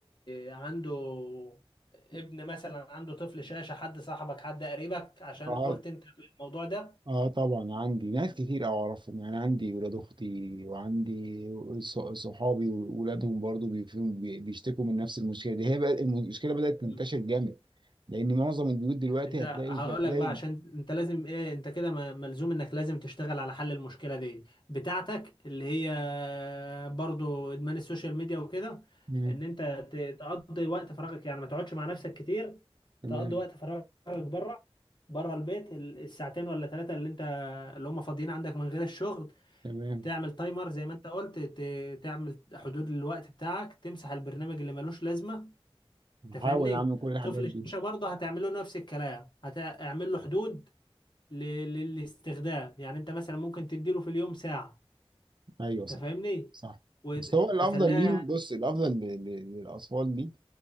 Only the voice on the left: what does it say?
عنده ابن مثلا عنده طفل شاشة حد صاحبك حد قريبك عشان
قلت انت في الموضوع ده
مم.
انت
هقول
لك بقى عشان انت لازم ايه انت كده م- ملزوم انك لازم تشتغل على حل المشكلة دي بتاعتك اللي هي برضو ادمان السوشيال ميديا وكده
ان انت ت- تقضي وقت فراغك يعني ما تقعدش مع نفسك كتير
تقضي وقت فراغك بره بره البيت ال- الساعتين ولا ثلاثة اللي انت اللي هم فاضيين عندك من غير الشغل
تعمل تايمر زي ما انت قلت ت- تعمل حدود للوقت بتاعك تمسح البرنامج اللي ملوش لازمه انت
فاهمني
طفل الشاشه
برضه هتعمل له نفس الكلام هتعمل له حدود ل- للاستخدام يعني انت مثلا ممكن تديله في اليوم ساعه
انت فاهمني
وتخليها